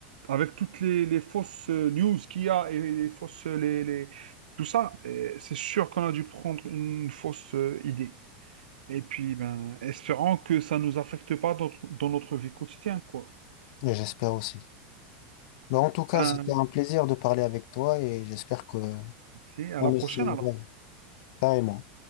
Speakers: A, on the right; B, on the left.
A: avec toutes les, les fausses euh, news qu'il y a et les fausses, les, les- tout ça, euh, c'est sûr qu'on a dû prendre une fausse euh, idée. Et puis, ben, espérant que ça ne nous affecte pas dans, dans notre vie quotidienne, quoi.
B: et j'espère aussi. Mais en tout cas,
A: Ben,
B: c'était un plaisir de parler avec toi et j'espère que
A: c'est à
B: on
A: la prochaine,
B: essaie,
A: alors.
B: ouais, carrément.